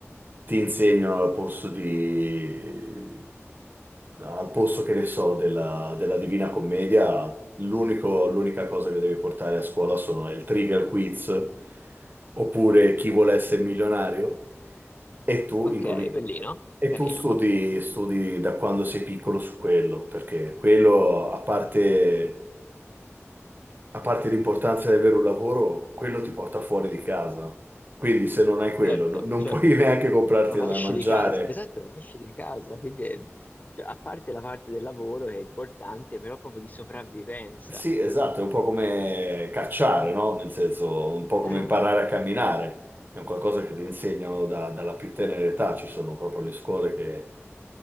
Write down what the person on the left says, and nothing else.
Ok,
bellino,
carino.
Certo,
certo.
Non
esci
di casa, esatto, non esci di casa, quindi è- cioè, a parte la parte del lavoro che è importante, però proprio di sopravvivenza.
Ah,